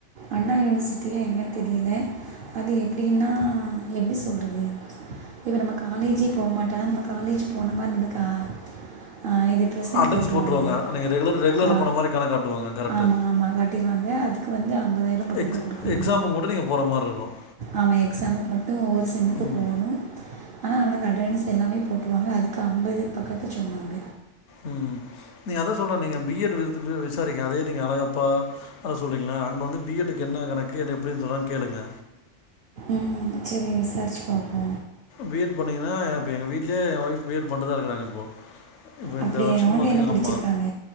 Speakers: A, on the right (about 60°); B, on the left (about 70°).
A: அண்ணா யூனிவர்சிட்டியா எங்கன்னு தெரியல அது எப்படின்னா எப்படி சொல்றது இப்ப நம்ம காலேஜ் போக மாட்டோ நம்ம காலேஜ் போன மாதிரி நம்மளுக்கு ஆ இது ப்ரெசென்ட்
B: அட்டன்ஸ்
A: போட்டுருவாங்க
B: நீங்கள் ரெகுலர் ரெகுலரில்
A: ஆ
B: போன மாதிரி கணக்கு காட்டுவாங்க கரெக்டு
A: ஆமா ஆமா கண்டிப்பாக <unintelligible> <unintelligible> பக்கத்துல
B: எக்ஸ்
A: கொடுக்கணு
B: எக்ஸாமுக்கு கூட நீங்கள் போகிற மாதிரி இருக்கும்
A: ஆமா எக்ஸாமுக்கு மட்டு ஒரு செம்முக்கு
B: ம்
A: போணு ஆனா நமக்கு அட்வான்ஸ் எல்லாமே போட்ருவாங்க அதுக்கு அம்பது பக்கத்த சொன்னாங்க
B: ம் நீங்க அதை சொல்ற நீங்க பி எட் விசாரிக்கங்க அதே நீங்க அழகப்பா அத சொல்றீங்களன் அங்க வந்து பி எட் டுக்கு என்ன கணக்கு எப்டின்னு சொல்லி கேளுங்க
A: ம் சரி விசாரிச்சு பாப்போ
B: பி எட் பண்ணீங்கன்னா இப்ப என் வீட்லயே என் ஒய்ஃப் பி எட் பன்னிட்டு தா இருக்குறாங்க இப்போ இப்ப
A: அப்படியா
B: இந்த வர்ஷ
A: அவங்க
B: பாத்தீங்க
A: என்ன படிச்சிருக்காங்க
B: ஆமா